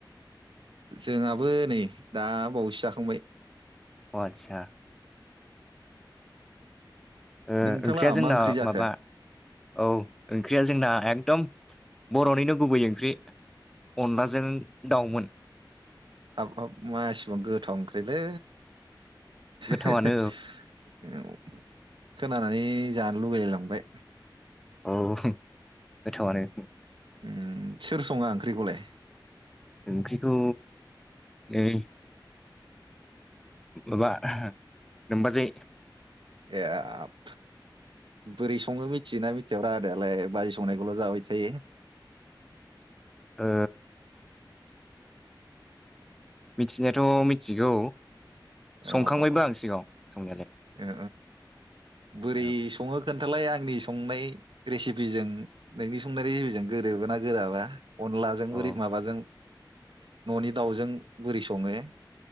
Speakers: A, on the right (about 80°); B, in the centre.
A: जोंहाबो नै दा बावैसो जाखांबाय
B: अ आतसा ओ
A: नोंथांलाहा
B: ओंख्रिया जोंना
A: मा ओंख्रि जाखो?
B: माबा औ ओंख्रिया जोंना एकदम बर'निनो गुबै ओंख्रि अनलाजों दाउमोन
A: हाबाब मासेबां गोथाव ओंख्रिलै
B: गोथावानो
A: <inaudible> खोनानानै जानो लुगैलायलांबाय
B: औ गोथावानो
A: ओ सोर सङा ओंख्रिखौलाय
B: ओंख्रिखौ नै माबा नोमबाजै
A: एब बोरै सङो मिथियोना मिथिया आदायालाय बाजै संनायखौल' जाबाय थायो
B: ओ मिथिनायाथ' मिथिगौ
A: अ
B: संखांबायबो
A: ओ
B: आं सिगाङाव संनायालाय
A: ओ बोरै
B: औ
A: ओ ओ सङो खोन्थालाय आंनो संनाय रेसिपिजों नोंनि संनाय रेजेबिजों गोरोबो ना गोराबा अनलाजों
B: अ
A: बोरै माबाजों न'नि दाउजों बोरै सङो?